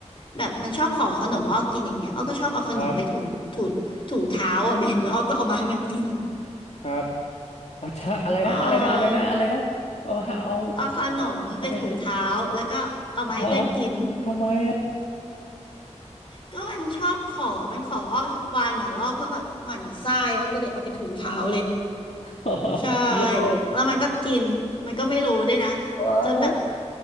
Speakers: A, on the left; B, on the left.
A: แบบมันชอบขอขนมอ้อกินอย่างเงี้ยอ้อก็ชอบเอาขนมไปถูถูถูเท้าอ่ะ
B: ครับ
A: <laughs> เบนแล้วอ้อก็เอามาให้มันกิน
B: ครับเอาชะอะไรนะ
A: เออ
B: อะไรนะอะไรนะอะไรนะเอาฮะเอา
A: เอาขนมไปถูเท้าแล้วก็เอามาให้เพื่อนกิน
B: เอาเอาไปให้ฮะทำไมอ่ะ
A: ก็มันชอบขอมันขออ้อทุกวันอ่ะแล้วอ้อก็แบบหมั่นไส้อ้อก็เลยเอาไปถูเท้าเลย
B: <laughs>
A: ใช่
B: โย่
A: แล้วมันก็กินมันก็ไม่รู้ด้วยนะ
B: what
A: จนแบบ